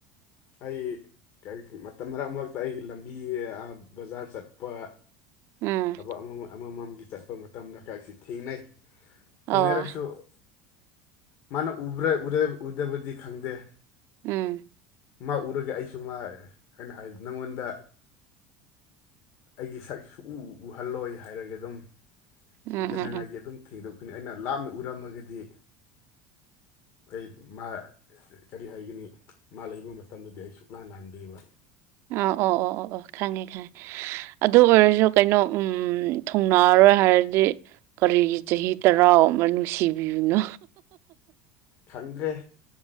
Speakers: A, on the left; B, on the right.
A: ꯑꯩ ꯃꯇꯝ ꯃꯔꯛ ꯃꯔꯛꯇ ꯑꯩꯒꯤ ꯂꯝꯕꯤ ꯕꯖꯥꯔ ꯆꯠꯄ
B: ꯎꯝ
A: ꯊꯕꯛ ꯑꯃ ꯑꯃꯃꯝꯒꯤ ꯆꯠꯄ ꯃꯇꯝꯗ <unintelligible> ꯊꯦꯡꯅꯩ
B: ꯑꯣ
A: ꯊꯦꯡꯅꯔꯁꯨ ꯃꯥꯅ ꯎꯗꯕꯗꯤ ꯈꯪꯗꯦ
B: ꯎꯝ
A: ꯃꯥ ꯎꯔꯒ ꯑꯩꯁꯨ ꯃꯥ ꯑꯩꯅ ꯍꯥꯏꯕ ꯅꯪꯉꯣꯟꯗ ꯑꯩꯒꯤ ꯁꯛꯁꯨ ꯎꯍꯜꯂꯣꯏ ꯍꯥꯏꯔꯒ ꯑꯗꯨꯝ
B: ꯎꯝ
A: ꯎꯗꯅꯉꯥꯏꯒꯤ
B: ꯎꯝ ꯎꯝ
A: ꯑꯗꯨꯝ ꯊꯦꯡꯗꯣꯛꯀꯅꯤ ꯑꯩꯅ ꯂꯥꯞꯅ ꯎꯔꯝꯃꯒꯗꯤ <unintelligible> ꯀꯔꯤ ꯍꯥꯏꯒꯅꯤ ꯃꯥ ꯂꯩꯕ ꯃꯇꯝꯗꯗꯤ ꯑꯩ ꯁꯨꯛꯂꯥꯟ ꯂꯥꯟꯗꯦꯕ
B: ꯑ ꯑꯣ ꯑꯣ ꯑꯣ ꯑꯣ ꯈꯪꯉꯦ ꯈꯪꯉꯦ ꯑꯗꯨ ꯑꯣꯏꯔꯁꯨ ꯀꯩꯅꯣ ꯎꯝ ꯊꯨꯡꯅꯥꯑꯔꯣꯏ ꯍꯥꯏꯔꯗꯤ ꯀꯔꯤꯒꯤ ꯆꯍꯤ ꯇꯔꯥ ꯑꯃ ꯅꯨꯡꯁꯤꯕꯤꯕꯅꯣ
A: ꯈꯪꯗ꯭ꯔꯦ